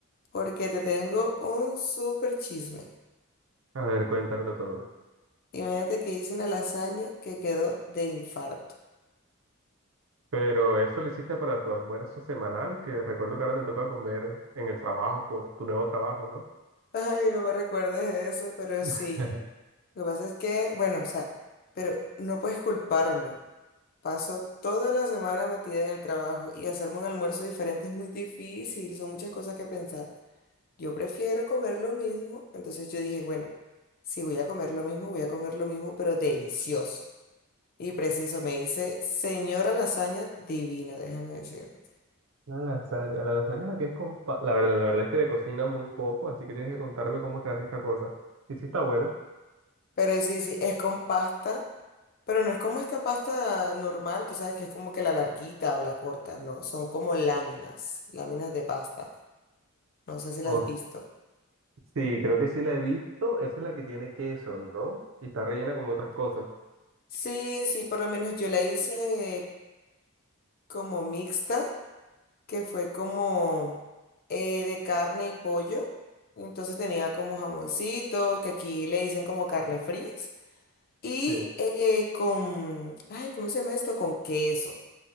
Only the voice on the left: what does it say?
porque te tengo un súper chisme.
Imagínate que hice una lasaña que quedó de infarto.
<laughs> Ay, no me recuerdes eso, pero sí.
Lo que pasa es que, bueno, o sea, pero no puedes culparme. Paso toda la semana metida en el trabajo y hacerme un almuerzo diferente es muy difícil, son muchas cosas que pensar. Yo prefiero comer lo mismo. Entonces yo dije, bueno, si voy a comer lo mismo, voy a comer lo mismo, pero delicioso. Y preciso, me dice, señora lasaña divina, déjame decirte.
Pero sí, sí, es con pasta, pero no es como esta pasta normal, tú sabes que es como que la larguita o la corta, no, son como láminas, láminas de pasta. No sé si las
has visto.
Sí, sí, por lo menos yo la hice como mixta. que fue como eh, de carne y pollo. Entonces tenía como jamoncito, que aquí le dicen como carne frías. Y
eh, con, ay, ¿cómo se llama esto? Con queso.